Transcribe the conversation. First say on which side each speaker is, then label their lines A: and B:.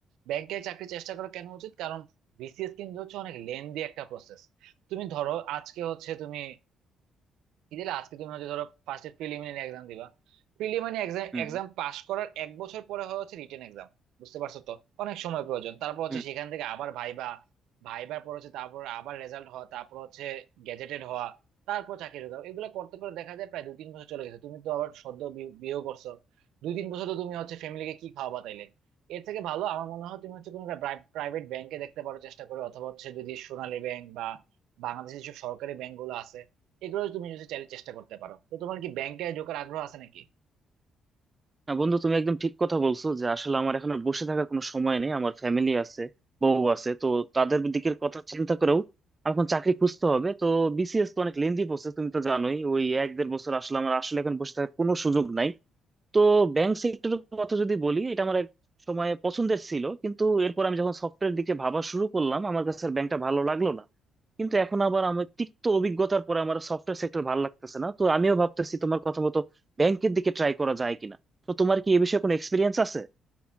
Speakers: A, on the right (about 90°); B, on the right (about 25°).
A: ব্যাংকে চাকরি চেষ্টা করা কেন উচিত কারণ বিসিএস কিন্তু হচ্ছে অনেক লেন্দি একটা প্রসেস তুমি ধরো আজকে হচ্ছে তুমি কি দিলে আজকে তুমি হচ্ছে ধরো ফার্স্টে প্রিলিমিনারি এক্সাম দিবা প্রিলিমিনারি এক্সাম
B: হুম
A: এক্সাম পাশ করার এক বছর পরে হয় হচ্ছে রিটেন এক্সাম বুঝতে পারছো তো অনেক সময় প্রয়োজন তারপর হচ্ছে
B: হুম।
A: সেখান থেকে আবার ভাইবা ভাইবার পর হচ্ছে তারপর আবার রেজাল্ট হওয়া তারপর হচ্ছে গেজেটেড হওয়া তারপর চাকরি ঢোকা এগুলো করতে করে দেখা যায় প্রায় দুই তিন বছর চলে গেছে তুমি তো আবার সদ্য বি- বিয়েও করছো দুই তিন বছর তো তুমি হচ্ছে ফ্যামিলিকে কি খাওয়াবা তাইলে এর থেকে ভালো আমার মনে হয় তুমি হচ্ছে কোনো প্রাইভেট ব্যাংকে দেখতে পারো চেষ্টা করো অথবা হচ্ছে যদি সোনালী ব্যাংক বা বাংলাদেশের যেসব সরকারি ব্যাংক গুলো আছে এগুলো তুমি যদি চাইলে চেষ্টা করতে পারো তো তোমার কি ব্যাংকে ঢোকার আগ্রহ আছে নাকি
B: না বন্ধু তুমি একদম ঠিক কথা বলছো যে আসলে আমার এখন আর বসে থাকার কোনো সময় নেই আমার ফ্যামিলি আছে বউ আছে তো তাদের দিকের কথা চিন্তা করেও আমার এখন চাকরি খুঁজতে হবে তো বিসিএস তো অনেক লেন্দি প্রসেস তুমি তো জানোই ওই এক দেড় বছর আসলে আমার আসলে এখন বসে থাকার কোনো সুযোগ নাই তো ব্যাংক সেক্টরের কথা যদি বলি এটা আমার এক সময় পছন্দের ছিল কিন্তু এরপর আমি যখন সফটওয়্যার দিকে ভাবা শুরু করলাম আমার কাছে আর ব্যাংকটা ভালো লাগলো না কিন্তু এখন আবার আমার তিক্ত অভিজ্ঞতার পরে আমার সফটওয়্যার সেক্টর ভালো লাগতেছে না তো আমিও ভাবতেছি তোমার কথা মতো ব্যাংকের দিকে ট্রাই করা যায় কিনা তো তোমার কি এ বিষয়ে কোনো এক্সপিরিয়েন্স আছে